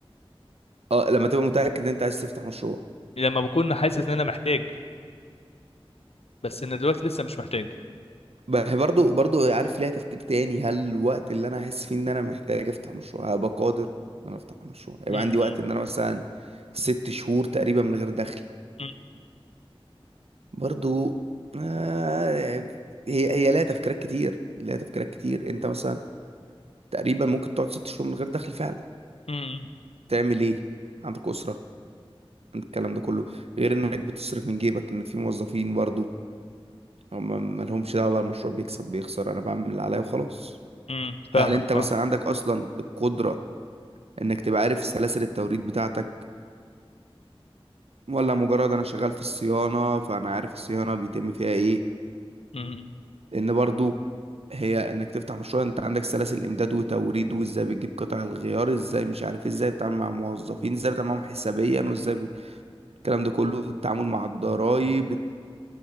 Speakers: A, on the right (about 85°); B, on the left (about 80°).
A: اه لما تبقى متاكد ان انت عايز تفتح مشروع
B: لما بكون حاسس ان انا محتاج بس انا دلوقتي لسه مش محتاج
A: بح- برضو برضو عارف ليها تفكير تاني هل الوقت اللي انا احس فيه ان انا محتاج افتح مشروع هبقى قادر ان انا افتح مشروع
B: م-
A: يبقى
B: م-
A: عندي وقت ان انا مثلا ست شهور تقريبا من غير دخل
B: م-
A: برضو آه هي هي ليها تفكيرات كتير ليها تفكيرات كتير انت مثلا تقريبا ممكن تقعد ست شهور من غير دخل فعلا
B: م-
A: تعمل ايه عندك اسره عندك الكلام ده كله غير انك بتصرف من جيبك ان في موظفين برضو هم مالهمش دعوه بقى المشروع بيكسب بيخسر انا بعمل اللي عليا وخلاص
B: م-
A: هل
B: فاهمك
A: انت مثلا عندك اصلا القدره انك تبقى عارف سلاسل التوريد بتاعتك ولا مجرد انا شغال في الصيانه فانا عارف الصيانه بيتم فيها ايه
B: فاهم
A: لان برضو هي انك تفتح مشروع انت عندك سلاسل امداد وتوريد وازاي بتجيب قطع الغيار ازاي مش عارف إيه، ازاي بتتعامل مع موظفين ازاي بتتعامل معاهم حسابيا وازاي بت- الكلام ده كله التعامل مع الضرايب